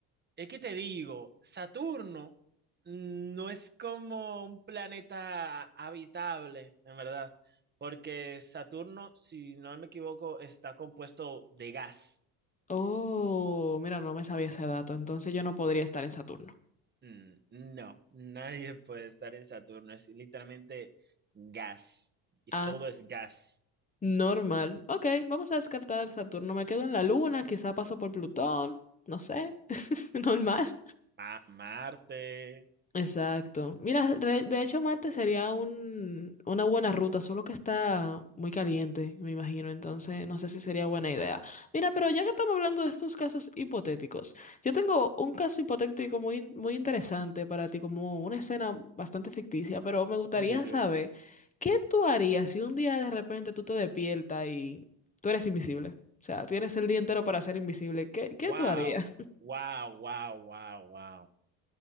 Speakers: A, on the right (about 25°); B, on the left (about 20°).
A: es que te digo, Saturno no es como un planeta habitable, en verdad, porque Saturno, si no me equivoco, está compuesto de gas.
B: Oh, mira, no me sabía ese dato. Entonces yo no podría estar en Saturno.
A: Mm, No, nadie puede estar en Saturno, es literalmente gas, y
B: Ah,
A: todo es gas.
B: normal. Ok, vamos a descartar Saturno. Me quedo en la Luna, quizá paso por Plutón. No sé. <laughs> Normal.
A: Ah, Marte,
B: Exacto. Mira, re- de hecho Marte sería un, una buena ruta, solo que está muy caliente, me imagino, entonces no sé si sería buena idea. Mira, pero ya que estamos hablando de estos casos hipotéticos, yo tengo un caso hipotético muy, in- muy interesante para ti, como una escena bastante ficticia, pero me gustaría
A: uy, uy,
B: saber,
A: uy.
B: ¿qué tú harías si un día de repente tú te despiertas y tú eres invisible? O sea, tienes el día entero para ser invisible. ¿Qué, qué
A: Wow,
B: tú harías?
A: wow, wow, wow, wow.